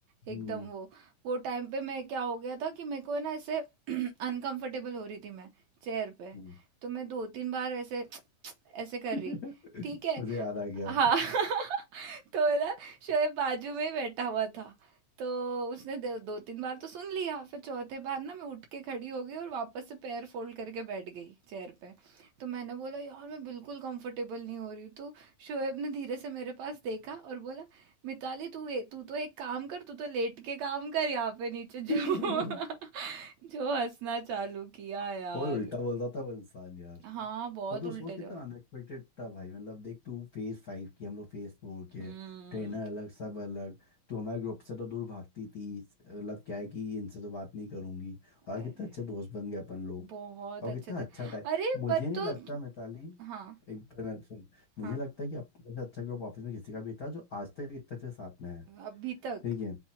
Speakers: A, on the right; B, on the left.
A: एकदम
B: हम्म
A: वो वो टाइम पे मैं क्या हो गया था कि मेरे को है ना ऐसे <clears throat> अनकंफर्टेबल हो रही थी मैं चेयर पे
B: हम्म।
A: तो मैं दो तीन बार ऐसे ऐसे कर
B: <laughs>
A: रही ठीक है
B: मुझे याद आ गया
A: हाँ <laughs> तो ना शोएब बाजू में ही बैठा हुआ था तो उसने दो, दो तीन बार तो सुन लिया फिर चौथे बार ना मैं उठ के खड़ी हो गई और वापस से पैर फोल्ड करके बैठ गई चेयर पे तो मैंने बोला यार मैं बिल्कुल कंफर्टेबल नहीं हो रही हूँ तो शोएब ने धीरे से मेरे पास देखा और बोला मिताली तू ए- तू तो एक काम कर तू तो लेट के काम कर यहाँ पे नीचे
B: <laughs>
A: जो <laughs> जो हंसना चालू किया यार
B: और उल्टा बोलता था वो इंसान यार
A: हाँ बहुत
B: पर तू
A: उल्टे
B: सोच कितना
A: जो
B: अनएक्सपेक्टेड था भाई मतलब देख तू फेज फाइव की हम लोग फेज फोर के
A: हम्म
B: ट्रेनर अलग सब अलग तू हमारे ग्रुप से तो दूर भागती थी मतलब क्या है कि इनसे तो बात नहीं करूंगी और
A: अरे
B: आज कितना अच्छे दोस्त बन गए अपन लोग
A: बहुत
B: और
A: अच्छे
B: कितना
A: थे
B: अच्छा टाइम
A: अरे
B: मुझे
A: बट
B: नहीं
A: तो
B: लगता मिताली
A: हाँ
B: एक मिनट सुन मुझे
A: हाँ
B: लगता है कि अपने से अच्छा ग्रुप ऑफिस में किसी का भी था जो आज तक इतने अच्छे साथ में है
A: अभी तक
B: ठीक है